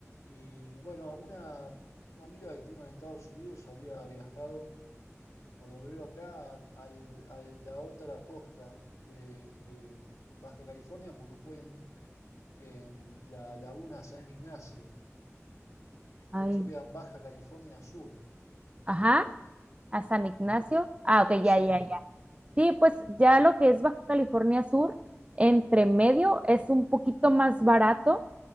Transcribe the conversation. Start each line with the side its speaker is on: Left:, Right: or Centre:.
Left: Y bueno, una, una amiga que tengo en Estados Unidos había viajado, por lo que veo acá, al, a la otra costa de, de Baja California, porque fue en, en la laguna San Ignacio.
Right: Ay,
Left: De hecho, queda en Baja California Sur. ¿viste?
Right: ajá, a San Ignacio.
Left: Y-
Right: Ah, ok,
Left: sí,
Right: ya, ya, ya. Sí, pues ya lo que es Baja California Sur, entre medio es un poquito más barato.